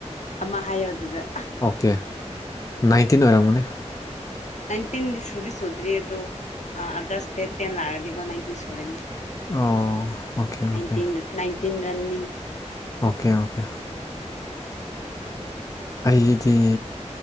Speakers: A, on the left; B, on the left.
A: ꯑꯃ ꯍꯥꯏꯌꫭ ꯑꯗꯨꯗ ꯑ꯫
B: ꯑꯣꯀꯦ ꯅꯥꯏꯟꯇꯤꯟ ꯑꯣꯏꯔꯝꯒꯅꯤ꯫
A: ꯅꯥꯏꯟꯇꯤꯟꯗꯤ ꯁꯨꯗꯤ ꯁꯨꯗ꯭ꯔꯤ ꯑꯗꯣ ꯑ ꯑꯥꯒꯁ ꯗꯦꯠ ꯇꯦꯟ ꯂꯥꯛꯔꯗꯤꯀꯣ ꯅꯥꯏꯟꯇꯤꯟ ꯁꯨꯔꯅꯤ꯫
B: ꯑꯣ ꯑꯣꯀꯦ-ꯑꯣꯀꯦ꯫
A: ꯅꯥꯏꯟꯇꯤꯟ ꯅꯥꯏꯟꯇꯤꯟ ꯔꯟꯅꯤ꯫
B: ꯑꯣꯀꯦ-ꯑꯣꯀꯦ ꯑꯩꯗꯤ